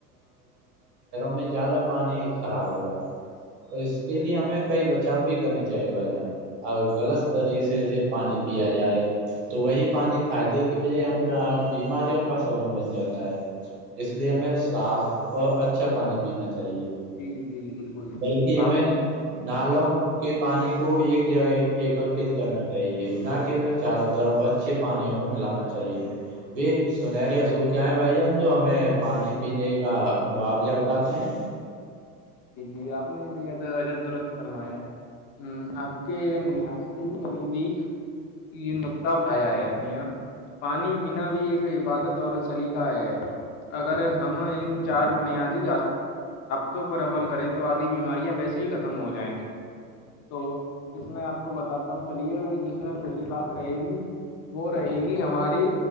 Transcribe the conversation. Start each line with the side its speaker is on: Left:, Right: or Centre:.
Right: میں زیادہ پانی خراب ہو رہا ہے اس کے لیے ہمیں کئی بچاب بھی کرنے چلو بھائی جان اور غلطی سے اسے پانی پیا جائے تو وہی پانی فائدے کی وجہ ہم اج بیماریوں کا سبب بن جاتا ہے اس لیے ہمیں صاف اچھا پانی پینا چاہیے
Left: جی جی بالکل
Right: بلکہ ہمیں
Left: اپ نے
Right: نالوں کے پانی کو ایک جائے ایک کرنا ہے نا کہ انہیں چاروں طرف اچھی پانی ہمیں پلانا چاہیے سنہری اصول کیا ہیں بھائی جان جو ہمیں پانی پینے کا معاویہ بتاتے ہیں
Left: یہ اپ نے بھائی جان درست فرمایا اپ کے نہایت ہی یہ نقطہ اٹھایا ہے میاں پانی پینا بھی ایک عبادت اور سلیقہ ہے اگر ہم ان چار بنیادی تو پر عمل کریں تو ادھی بیماریاں ویسے ہی ختم ہو جائیں تو اس میں آپ کو بتاتا ہوں چلیے جس میں پہلی بات رہے گی وہ رہے گی ہماری